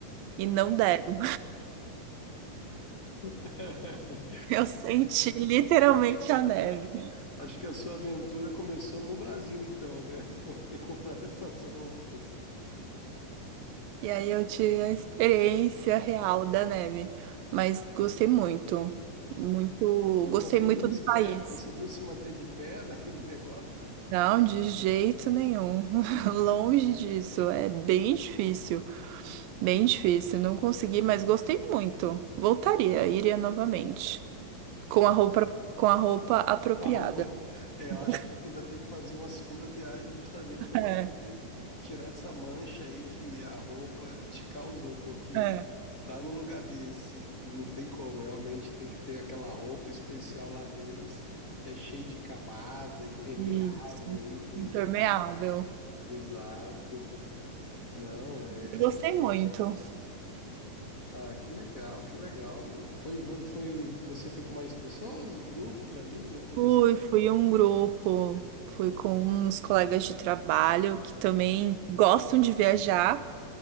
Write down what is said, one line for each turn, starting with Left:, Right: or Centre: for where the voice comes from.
Right: e não deram.
Left: <laughs>
Right: Eu senti literalmente a
Left: Acho,
Right: neve.
Left: acho que a sua aventura começou no Brasil, então, né? <laughs> Por ter comprado essas roupas.
Right: E aí eu tive a experiência real da neve. Mas gostei muito. Muito.
Left: E
Right: Gostei
Left: conseguiu
Right: muito
Left: esquiar,
Right: do país.
Left: conseguiu se manter de pé <laughs> naquele negócio?
Right: Não, de jeito nenhum. <laughs> Longe disso. É bem difícil. Bem difícil. Não consegui, mas gostei muito. Voltaria, iria novamente. Com
Left: Ah.
Right: a roupa,
Left: <laughs>
Right: com a roupa apropriada.
Left: A roupa. É,
Right: <laughs>
Left: eu acho que você vai ter que fazer uma segunda viagem justamente para
Right: É,
Left: poder tirar essa mancha aí que a roupa te causou, porque
Right: é.
Left: tá no lugar desse, não tem como. Realmente tem que ter aquela roupa especial lá deles, que é cheia de camada, impermeável,
Right: Isso.
Left: enfim.
Right: Impermeável.
Left: Exato. Não, é.
Right: Eu Gostei muito.
Left: Ah, que legal, que legal. Foi, foi, foi- você foi com mais pessoas? Grupo de amigos, uma coisa
Right: Fui,
Left: assim?
Right: fui um grupo, fui com uns colegas de trabalho que também gostam de viajar,